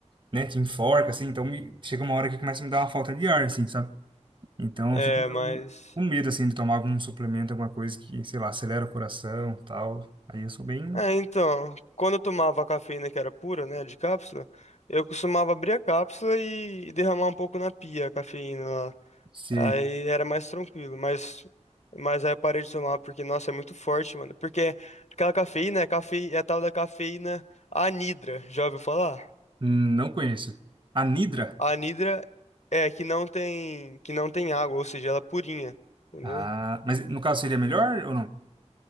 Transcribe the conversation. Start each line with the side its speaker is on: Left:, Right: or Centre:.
Right: né, te enforca, assim, então me- chega uma hora que começa a me dar uma falta de ar, assim, sabe? Então
Left: É,
Right: eu fico meio
Left: mas.
Right: com medo, assim, de tomar algum suplemento, alguma coisa que, sei lá, acelera o coração, tal. Aí eu sou bem,
Left: É, então, quando eu tomava a cafeína que era pura, né, de cápsula, eu costumava abrir a cápsula e e derramar um pouco na pia a cafeína lá.
Right: sei,
Left: Aí era mais tranquilo, mas, mas aí eu parei de tomar porque, nossa, é muito forte, mano. Porque aquela cafeína, é cafe... é a tal da cafeína anidra, já ouviu falar?
Right: não conheço. Anidra?
Left: A anidra é que não tem, que não tem água, ou seja, ela é purinha, entendeu?
Right: Ah, mas no caso seria melhor ou não?